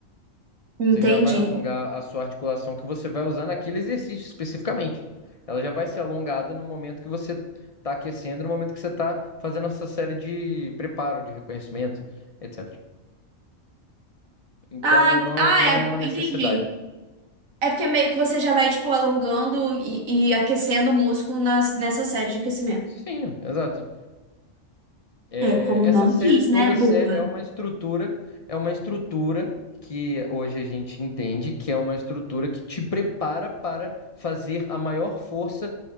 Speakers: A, on the right; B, on the left.
A: Entendi.
B: Você já vai alongar a sua articulação que você vai usar naquele exercício especificamente. Ela já vai ser alongada no momento que você está aquecendo, no momento que você está fazendo essa série de preparo, de reconhecimento, etc. Então,
A: Ah, en-
B: não
A: ah,
B: é, não é uma necessidade.
A: é, entendi. É porque meio que você já vai, tipo, alongando e, e aquecendo o músculo nas, nessa série de aquecimento.
B: Sim, exato. É,
A: É como
B: essas
A: o nome
B: séries
A: diz,
B: todas
A: né, burra?
B: sé- é uma estrutura, é uma estrutura que hoje a gente entende que é uma estrutura que te prepara para fazer a maior força